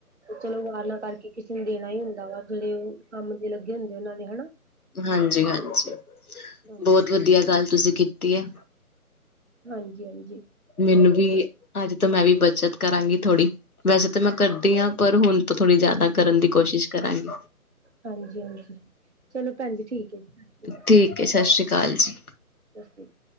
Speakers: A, on the right; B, on the left.
A: ਚਲੋ ਵਾਰਨਾਂ ਕਰਕੇ ਕਿਸੇ ਨੂੰ ਦੇਣਾ ਈ ਹੁੰਦਾ ਵਾ ਜਿਹੜੇ ਉਹ ਕੰਮ ਦੇ ਲੱਗੇ ਹੁੰਦੇ ਉਹਨਾਂ ਦੇ ਹਨਾ
B: ਹਾਂਜੀ-ਹਾਂਜੀ,
A: ਹਾਂਜੀ
B: ਬੋਤ ਵਧੀਆ ਗੱਲ ਤੁਸੀਂ ਕੀਤੀ ਐ
A: ਹਾਂਜੀ-ਹਾਂਜੀ,
B: ਮੈਨੂੰ ਵੀ, ਅੱਜ ਤੋਂ ਮੈਂ ਵੀ ਬੱਚਤ ਕਰਾਂਗੀ ਥੋੜੀ ਵੈਸੇ ਤਾਂ ਮੈਂ ਕਰਦੀ ਆ ਪਰ ਹੁਣ ਤੋ ਥੋੜ੍ਹੀ ਜਿਆਦਾ ਕਰਨ ਦੀ ਕੋਸ਼ਿਸ਼ ਕਰਾਂਗੀ।
A: ਹਾਂਜੀ ਹਾਂਜੀ ਚਲੋ ਭੈਣ ਜੀ ਠੀਕ ਹੈ ਜੀ ਸਤਿ ਸ਼੍ਰੀ ਅਕਾਲ
B: ਠੀਕ ਐ, ਸਤਿ ਸ੍ਰੀ ਅਕਾਲ ਜੀ।
A: <inaudible>